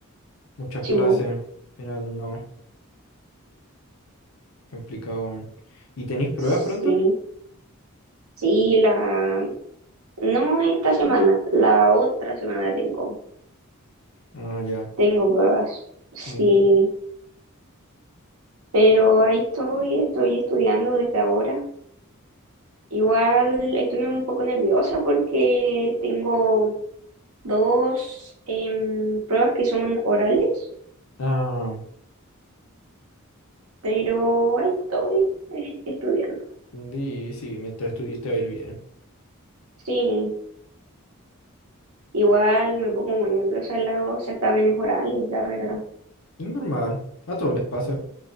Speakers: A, on the left; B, on the right.
A: Muchas
B: Sí,
A: clases.
B: bo.
A: Al final no. Complicado. weón. ¿Y tenéis pruebas
B: sí,
A: pronto?
B: sí, la, No esta semana, la otra semana tengo,
A: Ah, ya.
B: tengo pruebas. Sí,
A: Bu.
B: pero ahí estoy, estoy estudiando desde ahora. Igual estoy un poco nerviosa porque tengo dos em, pruebas que son orales,
A: Ah,
B: pero ahí estoy eh, estudiando.
A: sí sí, mientras estuviste va a ir bien.
B: Sí, igual me pongo muy nerviosa en los certámenes orales, la verdad.
A: Es normal. A todos les pasa.